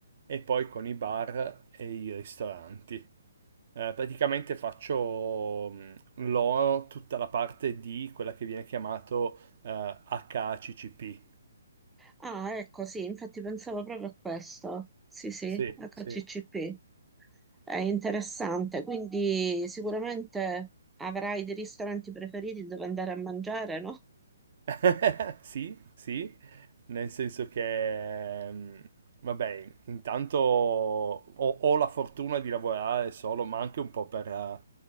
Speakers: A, on the right; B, in the centre.
A: e poi con i bar e i ristoranti. Eh, praticamente faccio mh, loro tutta la parte di quella che viene chiamato eh, HACCP.
B: Ah, ecco, sì, infatti pensavo proprio a questo. Sì, sì,
A: Sì,
B: HCCP.
A: sì.
B: È interessante, quindi sicuramente avrai dei ristoranti preferiti dove andare a mangiare, no?
A: <laughs> Sì, sì, nel senso che, mh, vabbè, intanto ho, ho la fortuna di lavorare solo, ma anche un po' per eh,